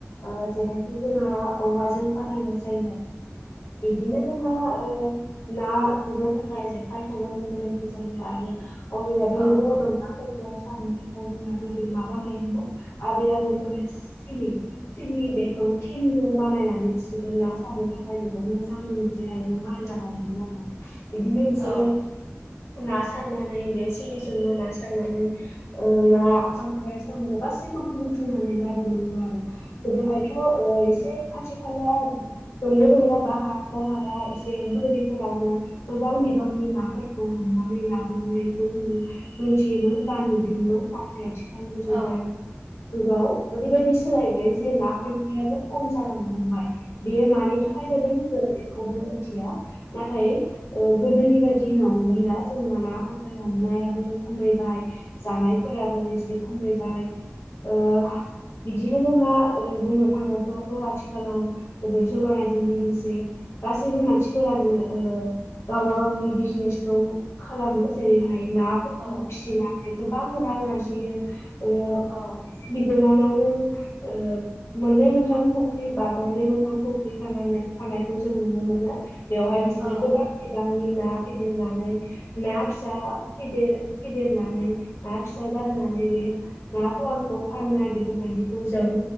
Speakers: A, on the left (about 65°); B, on the right (about 80°).
A: ओ जेहायखौ जोङो औवाजों बानायनाय जायो आरो। बिदिनो जोंहा ओ ना गुरनो थाखाय जेखाइ खबायाइनि गोनांथि जायो आरो
B: औ
A: <unintelligible> फोरखौ सारनो थाखाय जोंहा गोदो माबानायोमाव आबै आबौमोना सिलि सिलियो बेखौ थिंजों बानायनानै बिसोरो ना सारनो थाखाय जोबोद मोजां मोनसे आइजें बानायना लायोमोन आरो। इदिनो बिसोरो
B: औ
A: ना सारनानै बे सिलिजोंनो ना सारनानै ओ ना खांख्राय साम' गास गासैखौबो बुथुमनानै लाबो मोनो आरो गोदोहायथ' ओ एसे खाथि खाला दंल' दंला बा हाखर हाला एसे बोरिफोरावनो गोबां बिबांनि नाफोरखौ हमनानै लाबोनायखौ जोङो मोनथियोमोन बा नुदों बिनो नाथाय आथिखालनि जुगाव
B: औ
A: जुगाव ओरैबायदि सोलायबाय जे ना खां ख्रायाबो खम जालांनो हमबाय बेयो मानि थाखाय जादों जों बे खौबो मोनथिया नाथाय ओ गोदोनि बायदि नंलिया जोंना ना खांख्राय हमना नाबो खमायबाय जानायफोराबो एसे खमायबाय। ओ बिदिनो जोंहा बुंनो थाङोब्लाथ' आथिखालाव जोबोद जौगानायजों लोगोसे गासैबो मानसिफोरानो ओ गावबा गावनि बिजनेसखौ खालामो जेरैहाय नाफोरखौ
B: औ
A: फिसिनानै गोबां रां आरजियो ओ
B: औ
A: बिगोमा मानावनो ओ मोननै मोनथाम फुख्रि बा गंनै गंथाम फुख्रि थ थानायखौ जों नुनो मोनो बेवहाय बिसोरो
B: औ
A: गोबां बिबांनि न ना फेदेरनानै न फिसा फ फेदेरनानै ना फिसा जाहोनानै ना फवानखौ फाननाय बेफोरबायदिखौ जों